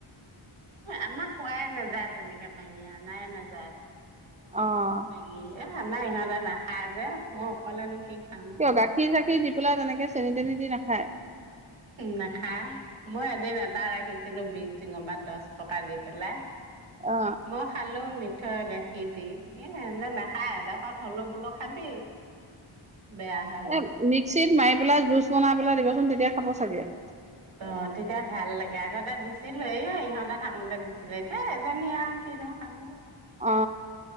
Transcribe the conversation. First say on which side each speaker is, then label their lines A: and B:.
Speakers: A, on the right; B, on the right.
A: আমাক খোৱাই নাযায়, তেনেকে বেঙিয়া নাই নাযায়।
B: অ',
A: বাঙি এ আমাৰ ইহঁতেৰ নাখায় যে, মই অকলেনো কি খাম আৰু
B: কিয় গাখীৰ চাখি দি সৰু ল'ৰাই যেনেকে চেনি তেনি দি নাখায়?
A: নাখায় মই এদিন এটা ৰাখিছিলো বি চিঙ পৰা দহ টকা দি পেলাই।
B: অ
A: মই খালো মিঠ থৈ গাখীৰ দি এ নাখায় ডোখত হলো বোলো খাবি বেয়া হৈ গ'ল
B: এ মিক্সিত মাৰি পেলাই জুচ বনাই পেলাই দিবচোন তেতিয়া খাব চাগে
A: অ ', তেতিয়া ভাল লাগে আগ এটা দিছিলো এ অ', ইহঁতে থাকোতে দিছিলে এতিয়া এজনী আৰু কি নু খাব।
B: অ